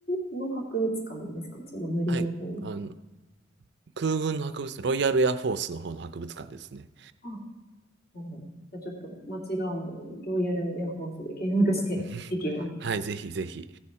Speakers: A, on the left; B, on the right.
A: 軍の博物館なんですかその無料の方は。
B: はい。あの、空軍の博物館、ロイヤルエアフォースの方の博物館ですね。
A: あうんじゃあちょっと間違わないように、ロイヤルエアフォースで検索していきます。
B: <laughs> はい、ぜひぜひ。